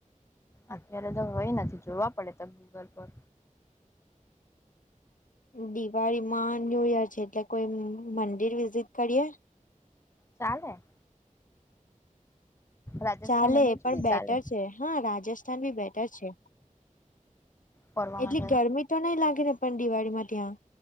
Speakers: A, on the left; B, on the left.
A: અત્યારે તો હોય નથી જોવા પડે તો ગૂગલ પર.
B: દિવાળીમાં ન્યૂ યર છે એટલે કોઈ મંદિર વિઝિટ કળીએ.
A: ચાલે રાજસ્થાન
B: ચાલે
A: એ બાજુ
B: પણ
A: બી
B: બેટર
A: ચાલે
B: છે, હા રાજસ્થાન ભી બેટર છે.
A: પરવા
B: એટલી
A: માટે
B: ગરમી તો નઈ લાગે ને પણ દિવાળી માં ત્યાં?